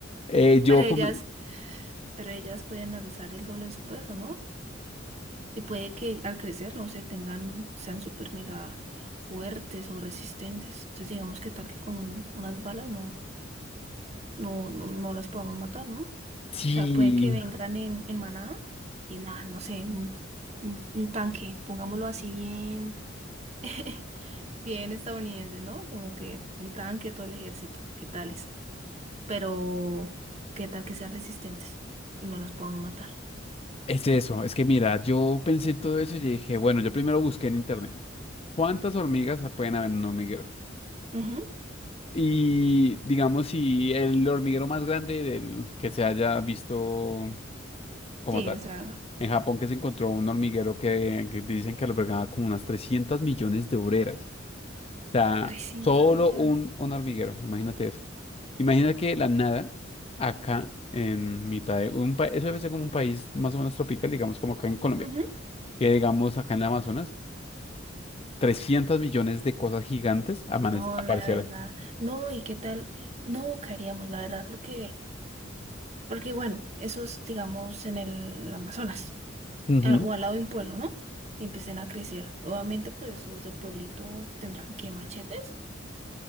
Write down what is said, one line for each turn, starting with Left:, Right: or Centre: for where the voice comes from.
Left: Eh, yo
Right: Pero ellas,
Left: como...
Right: pero ellas pueden alzar el doble de su peso, ¿no? Y puede que al crecer, no sé, tengan, sean súper mega fuertes o resistentes. Entonces, digamos que tal que con un- unas balas no, no, no, no las podamos matar, ¿no? O
Left: Sí,
Right: sea, pueden que vengan en, en manada y nada, no sé, un, un, un tanque, pongámoslo así bien, <laughs> bien estadounidense, ¿no? Como que un tanque, todo el ejército y tal. pero ¿qué tal que sean resistentes y no las podamos matar?
Left: es eso. Es que mira, yo pensé todo eso y dije, bueno, yo primero busqué en internet. ¿Cuántas hormigas pueden haber en un hormiguero?
Right: Ujú,
Left: Y digamos, si el hormiguero más grande del que se haya visto como
Right: Sí,
Left: tal.
Right: o sea,
Left: En Japón que se encontró un hormiguero que, que dicen que albergaba como unas 300 millones de obreras. sea,
Right: trescientos
Left: solo
Right: millones.
Left: un, un hormiguero, imagínate eso. Imagina que de la nada, acá en mitad de un país, eso debe ser como un país más o menos tropical, digamos como acá en Colombia,
Right: Ujú.
Left: que digamos acá en el Amazonas, 300 millones de cosas gigantes amanece-
Right: No,
Left: aparecieron.
Right: la verdad. No, ¿y qué tal? No caeríamos, la verdad, porque, porque bueno, eso es, digamos, en el Amazonas
Left: Ujú.
Right: a- o al lado de un pueblo, ¿no? Y empiecen a crecer. Obviamente, pues los del pueblito tendrán que machetes,